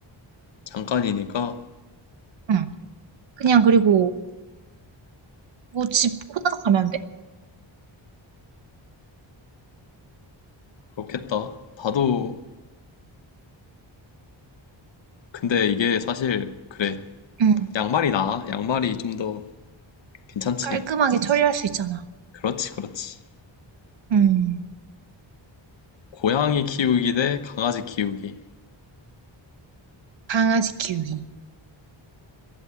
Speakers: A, on the left (about 65°); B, on the right (about 70°).
A: 잠깐이니까
B: 응. 그냥 그리고 뭐 집 호다닥 가면 안 돼?
A: 그렇겠다. 나도, 근데 이게 사실, 그래.
B: 응,
A: 양말이 나아. 양말이 좀더 괜찮지.
B: 깔끔하게 처리할 수 있잖아.
A: 그렇지, 그렇지.
B: 응.
A: 고양이 키우기 대 강아지 키우기.
B: 강아지 키우기.